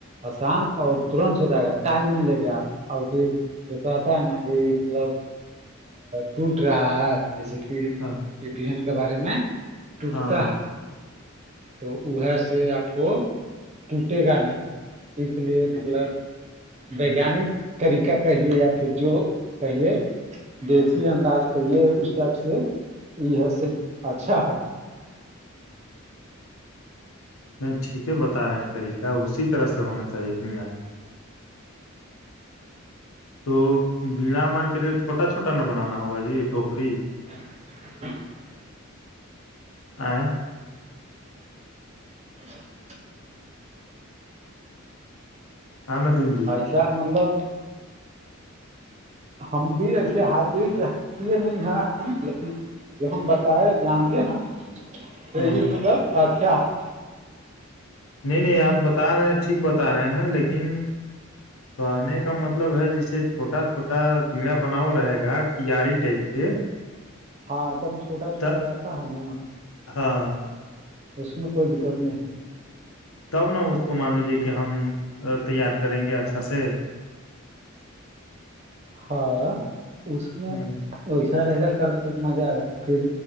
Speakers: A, on the right; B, on the left.
A: آسان اور ترنت ہو جائے گا ٹائم نہیں لے گا اور پھر تو کہتا ہے نا کہ مطلب ٹوٹ رہا ہے جیسے کہ
B: ہاں
A: یہ بہن کے بارے میں ٹوٹتا
B: ہاں ہاں
A: ہے تو وہ سے آپ کو ٹوٹے گا نہیں اس لیے
B: تو
A: مطلب وگانک طریقہ کہیے یا پھر جو کہیے دیسی انداز کا یہ اس ٹائپ سے یہ س اچھا ہے
B: <inaudible> نہیں ٹھیک ہے بتا رہے ہیں طریقہ اسی طرح سے ہونا چاہیے بنگا تو بیڑا مان کے لیے چھوٹا چھوٹا نہ بنانا ہوگا جی یہ ٹوپری
A: ہ
B: آ
A: جچ
B: ہ ندیم جی
A: اچ شا مطلب ہم بھی ایسے حادد کیے نہیں ہے ہم لیکن جو ہم بتائے جانتے ہیں تو
B: ہ
A: یہ مطلب اچھا ہے
B: نہیں نہیں آپ بتا رہے ہیں ٹھیک بتا رہے ہیں لیکن کہنے کا مطلب ہے جیسے چھوٹا چھوٹا گڑا بناؤول رہے گا کیاری ٹائپ سے
A: ہاں تم چھوٹا چھوٹا
B: ت
A: رہتا ہے نا
B: ہاں
A: اس میں کوئی دقت نہیں
B: تب نہ اس کو مان لیجے کہ ہم تیار کریں گے اچھا سے
A: ہاں اس میں
B: ہ
A: ویسا رہ گ کرو تو مزہ آ جائے گا پھر